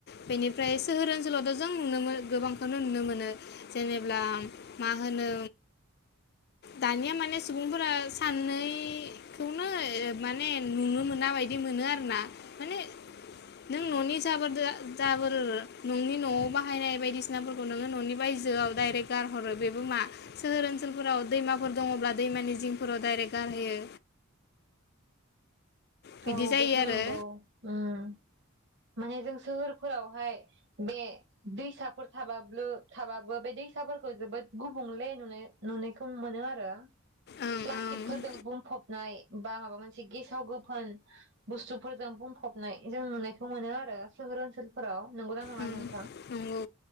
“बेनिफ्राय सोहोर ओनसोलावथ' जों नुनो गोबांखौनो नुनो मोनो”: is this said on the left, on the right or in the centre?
Left